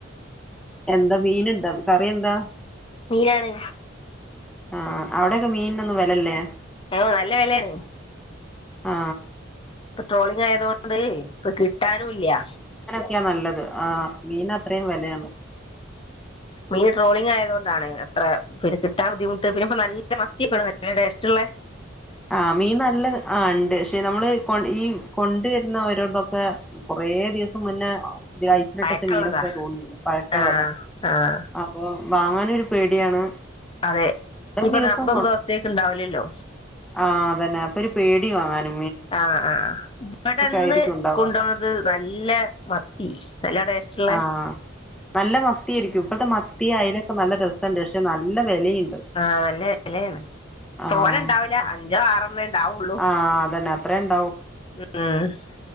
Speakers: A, in the centre; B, on the left.
A: എന്താ മീന് ണ്ടോ കറി എന്താ?
B: മീനാണ്.
A: ആ അവിടെക്കെ മീനിനൊന്നും വെലല്ലേ
B: ഓ നല്ല വെലയാണ്
A: ആ
B: പ്പ ട്രോളിങ് ആയതൊണ്ട് ഇപ്പൊ കിട്ടാനും ഇല്യ
A: ക്കെയാ നല്ലത് ആ മീൻ അത്രയും വെലയാണ്.
B: മീന്
A: ഉം
B: ട്രോളിങ്ങായത് കൊ എന്താണ് അത്ര പിടിച്ചിട്ടാൻ ബുദ്ധിമുട്ട് പിന്നെ ഇപ്പ നല്ല മത്തി നല്ല ടേസ്റ്റ്ള്ളേ
A: ആ മീൻ നല്ല ആ ണ്ട്. ശേ നമ്മള് കൊ ഈ കൊണ്ടുവര്ന്ന ഓരോട്‌തൊക്കെ കൊറേ ദിവസം മുന്നേ ത്യേ ഐസിലിട്ടച്ച
B: പഴക്കമുള്ളതാ
A: മീനൊക്കെ തോന്ന്ണ്ട് പഴക്കള്ളതാ
B: ആഹ് ആഹ്
A: അപ്പൊ വാങ്ങാനൊരു പേടിയാണ്
B: അതെ
A: ഇവിടെ
B: ഇപ്പൊ
A: ദിവസം
B: നാല്പത്തൊന്ന് ദിവസത്തേക്ക് ഇണ്ടാവില്ലല്ലോ
A: ആഹ്തന്നെ അപ്പൊ ഒരു പേടി വാങ്ങാന്
B: ആഹ് ആ ഇവിട്‌ന്ന്
A: ആയിരിക്കും ഉണ്ടാവുക
B: കൊണ്ടന്നത് നല്ല മത്തി നല്ല ടേസ്റ്റ്ള്ളെ
A: ആഹ് നല്ല മത്തി ആയിരിക്കും ഇപ്പോഴത്തെ മത്തി അയലൊക്കെ നല്ല രസണ്ട് പക്ഷെ നല്ല വിലയുണ്ട്
B: ആഹ് <unintelligible>
A: ആഹ്
B: തോനണ്ടാവ്ല്ല അഞ്ചോ ആറണ്ണേ ഇണ്ടാവുള്ളൂ
A: ആഹ് <unintelligible>
B: മ്ഹ് മ്ഹ്